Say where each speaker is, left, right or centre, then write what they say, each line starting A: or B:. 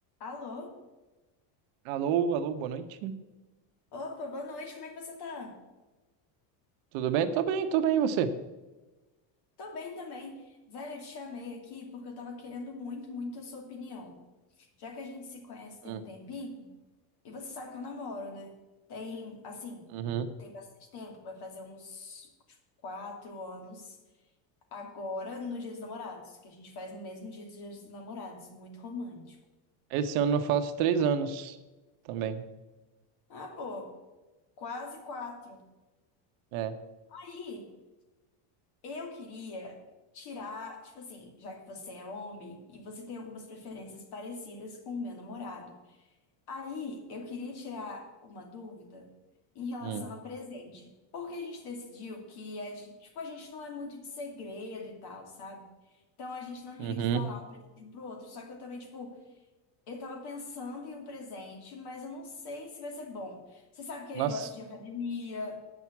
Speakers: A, on the left; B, on the right.
A: Alô?
B: Alô, alô, boa noite.
A: Opa, boa noite, como é que você tá?
B: Tudo bem? Tô bem, tô bem, e você?
A: Tô bem também. Velho, eu te chamei aqui porque eu tava querendo muito, muito a sua opinião. Já que a gente se conhece
B: Hum,
A: tem um tempinho, e você sabe que eu namoro, né? Tem, assim,
B: uhum.
A: tem bastante tempo, vai fazer uns, tipo, quatro anos. Agora, no Dia dos Namorados, que a gente faz no mesmo dia dos Dias dos Namorados, muito romântico.
B: Esse ano eu faço três anos também.
A: Ah, pô, quase quatro.
B: É.
A: Aí. Eu queria tirar, tipo assim, já que você é homem e você tem algumas preferências parecidas com o meu namorado. Aí eu queria tirar uma dúvida em relação
B: Hum,
A: a presente. Porque a gente decidiu que a gente, tipo, a gente não é muito de segredo e tal, sabe? Então a gente não liga
B: uhum.
A: de falar um presente um pro outro. Só que eu também, tipo, eu tava pensando em um presente, mas eu não sei se vai ser bom. Você sabe que ele
B: Nossa,
A: gosta de academia,